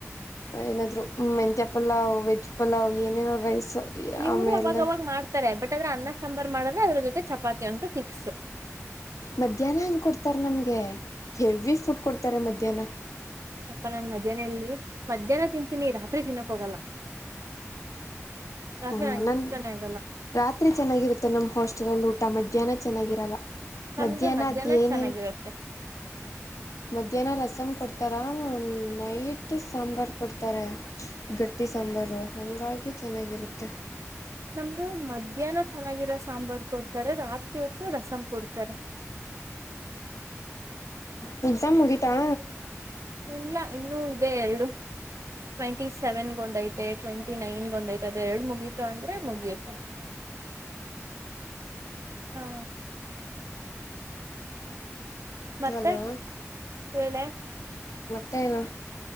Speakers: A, on the left; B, on the right.
A: ಏನಾದ್ರು ಮೆಂತ್ಯ ಪಲಾವ್ ವೆಜ್ ಪಲಾವ್ ಏನೇನೋ ರೈಸ್
B: ಇವ್ರೆ
A: ಆಮೇಲೆ
B: ಅವಾಗವಾಗ್ ಮಾಡ್ತಾರೆ ಬಟ್ ಏನಾದ್ರು ಅನ್ನ ಸಾಂಬಾರಾರ್ ಮಾಡಿದ್ರೆ ಅದ್ರು ಜೊತೆ ಚಪಾತಿ ಅಂತೂ ಫಿಕ್ಸ್.
A: ಮಧ್ಯಾಹ್ನ ಹೆಂಗ್ ಕೊಡ್ತಾರೆ ನಮ್ಗೆ ಹೆವಿ ಫುಡ್ ಕೊಡ್ತಾರೆ ಮಧ್ಯಾಹ್ನ.
B: ಅಪ್ಪಾ ನನ್ ಮದ್ಯಾಹ್ನ ಇಲ್ಲಿ ಮಧ್ಯಾಹ್ನ ತಿಂತೀನಿ ರಾತ್ರಿ ತಿನ್ನಕ್ ಹೋಗಲ್ಲ. ರಾತ್ರಿ
A: ಓ
B: ನಂಗೆ
A: ನಮ್
B: ಇಷ್ಟನೇ ಆಗಲ್ಲ
A: ರಾತ್ರಿ ಚೆನ್ನಾಗಿರುತ್ತೆ ನಮ್ ಹಾಸ್ಟೆಲಲ್ ಊ ಟ ಮಧ್ಯಾಹ್ನ ಚೆನ್ನಾಗಿರಲ್ಲ.
B: ನಮ್ದು
A: ಮಧ್ಯಾಹ್ನ ಅದ್ಯೇನೆನ್
B: ಚೆನ್ನಾಗಿರತ್ತೆ
A: ಮಧ್ಯಾಹ್ನ ರಸಂ ಕೊಡ್ ತರನ್ ನೈಟು ಸಾಂಬಾರ್ ಕೊಡ್ತಾರೆ ಗಟ್ಟಿ ಸಾಂಬಾರು ಹಂಗಾಗಿ ಚೆನ್ನಾಗಿರು ತ್ತೆ.
B: ನಮ್ದು ಮಧ್ಯಾಹ್ನ ಚೆನ್ನಾಗಿರೊ ಸಾಂಬಾರ್ ಕೊಡ್ ತರೆ ರಾತ್ರಿ ಹೊತ್ತು ರಸಂ ಕೊಡ್ತಾರೆ.
A: ಹ್ಮ್ ಎಕ್ಸಾಮ್ ಮುಗೀತಾ?
B: ಇಲ್ಲ ಇನ್ನೂ ಇದೆ ಎರಡು, ಟ್ವೆಂಟಿ ಸೆವೆನ್ಗೊಂದ್ ಐತೆ ಟ್ವೆಂಟಿ ನೈನ್ಗೊಂದ್ ಐತೆ ಅದ್ ಎರಡ್ ಮುಗಿತು ಅಂದ್ರೆ ಮುಗಿಯುತ್ತೆ, ಹಾ. ಮತ್ತೆ,
A: ಹಲೋ
B: ಹೇಳೆ.
A: ತ್ತೇನು?